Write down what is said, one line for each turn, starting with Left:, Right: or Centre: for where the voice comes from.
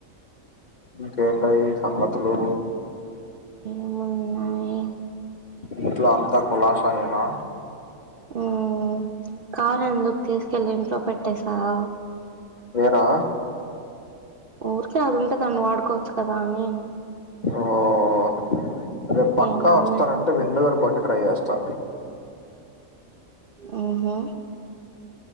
Left: ఇంకేంటయ్యి సంగతులు
Right: ఏమున్నాయి
Left: ఇంట్లో అంతా కులాసాయేనా
Right: హ్మ్ కార్ ఎందుకు తీసుకెళ్ళి ఇంట్లో పెట్టేసావ్
Left: వేరా
Right: ఊరికే అది ఉంటే దాన్ని వాడుకోవచ్చు కదా అని
Left: హో రేపు పక్కా
Right: ఏం కాదులే
Left: వస్తారంటే వెండు గారి బండి ట్రై చేస్తా
Right: ఊహూ